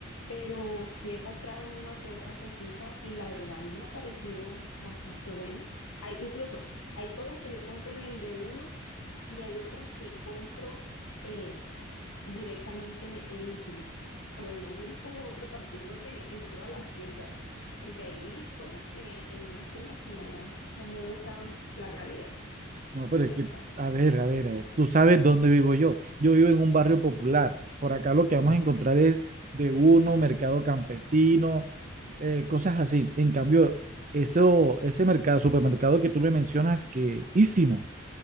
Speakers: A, on the left; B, on the right.
A: pero sí he comprado una que otra cosita y la verdad a mí me ha parecido bastante bueno. Hay, incluso hay cosas que yo compro en el de uno y hay otras que compro eh, directamente en Ísimo. O sea, yo voy como repartiéndome en todas las tiendas, porque hay cosas que en unas tiendas que no, no me gustan la calidad,
B: No, pero
A: la verdad.
B: es que, a ver, a ver, a ver, tú sabes dónde vivo yo. Yo vivo en un barrio popular. Por acá lo que vamos a encontrar es de uno, mercado campesino, eh, cosas así. En cambio, eso, ese mercado, supermercado que tú me mencionas, que ísimo,